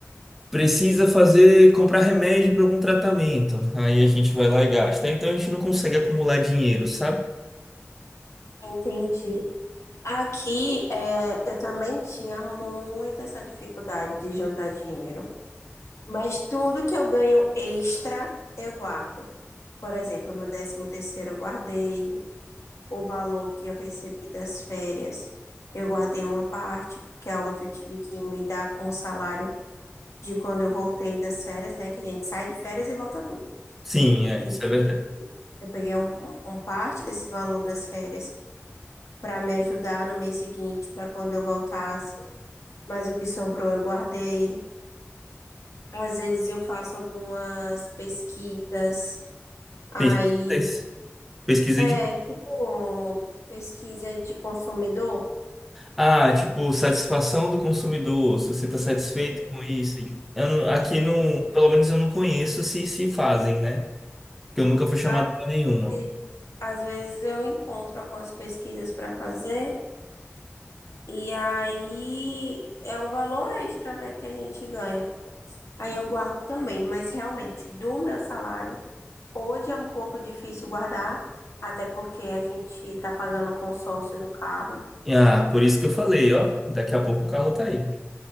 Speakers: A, in the centre; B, on the left.
A: precisa fazer, comprar remédio para algum tratamento. Aí a gente vai lá e gasta. Então a gente não consegue acumular dinheiro, sabe?
B: Entendi. Aqui é, eu também tinha muita essa dificuldade de juntar dinheiro, mas tudo que eu ganho extra eu guardo. Por exemplo, meu décimo terceiro eu guardei o valor que eu recebi das férias. Eu guardei uma parte, porque a outra eu tive que me dar com o salário de quando eu voltei das férias, né? Que a gente sai de férias e volta duro.
A: Sim, é,
B: E
A: isso é verdade.
B: eu peguei um, um um parte desse valor das férias para me ajudar no mês seguinte, para quando eu voltasse. Mas o que sobrou eu guardei. Às vezes eu faço algumas pesquisas, aí
A: Pesquisas, pesquisa
B: é
A: de.
B: tipo pesquisa de consumidor
A: Ah, tipo, satisfação do consumidor, se você está satisfeito
B: Sim,
A: com isso. Eu não- aqui não,
B: sim.
A: pelo menos eu não conheço se se fazem, né? Porque eu nunca fui chamado
B: Às
A: para nenhuma.
B: ve- às vezes eu encontro algumas pesquisas para fazer e aí é um valor extra, né, que a gente ganha. Aí eu guardo também, mas realmente do meu salário, hoje é um pouco difícil guardar, até porque a gente está pagando o consórcio do carro.
A: Ah, por isso que eu falei, ó, daqui a pouco o carro tá aí.